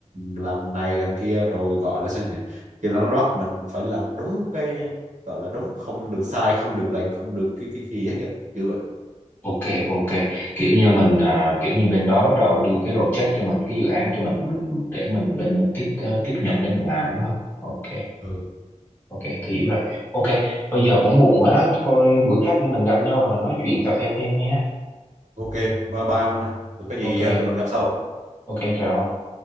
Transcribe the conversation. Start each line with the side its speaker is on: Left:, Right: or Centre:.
Right: làm này làm kia rồi gọi là sao nhỉ kiểu là nó bắt mình phải làm đúng cái gọi là đúng không được sai không được lệch không được cái cái gì hết á, kiểu vậy
Left: ok ok kiểu như mình à, kiểu như bên đó bắt đầu đưa cái project cho mình cái dự án cho mình mình để mình bên mình tiếp ờ, tiếp nhận để mình làm đúng không ok
Right: ừ
Left: Ok, tôi hiểu rồi. Ok, bây giờ cũng muộn rồi đó. Coi bữa khác mình gặp nhau rồi mình nói chuyện cà phê thêm nha.
Right: ok bye bye ông ạ. rồi có gì
Left: Ok,
Right: à, tụi mình gặp sau
Left: ok, chào. ông.